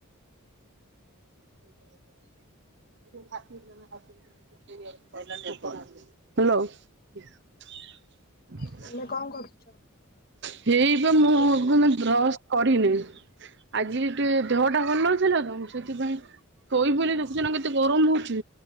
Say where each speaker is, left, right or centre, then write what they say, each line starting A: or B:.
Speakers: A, on the right; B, on the left.
A: <unintelligible> <unintelligible> କହିଲା ନିଅ। ହ୍ୟାଲୋ।
B: ତମେ କଣ କରୁଚ?
A: ହେଇ ବା ମୁଁ ମାନେ ବ୍ରଶ କରିନି। ଆଜି ଟିକେ ଦେହ ଟା ଭଲ ନଥିଲା ତ ମୁଁ ସେଥିପାଇଁ। ସୋଇପଇଲି ଦେଖୁଚୁ ନା କେତେ ଗରମ ହଉଛି।